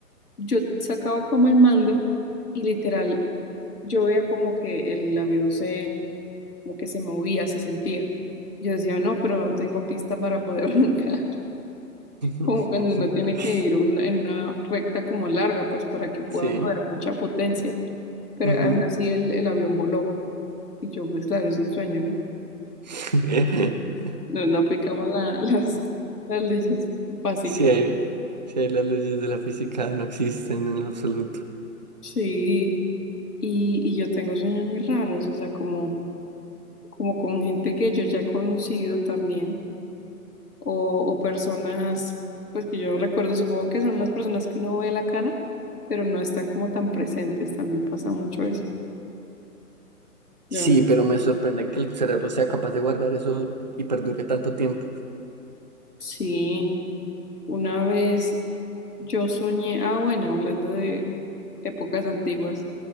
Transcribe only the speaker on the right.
<laughs>
Sí.
ujú.
<laughs>
Sí hay, sí hay las leyes de la física no existen en lo absoluto.
Sí,
pero me sorprende que el cerebro sea capaz de guardar eso y perdure tanto tiempo.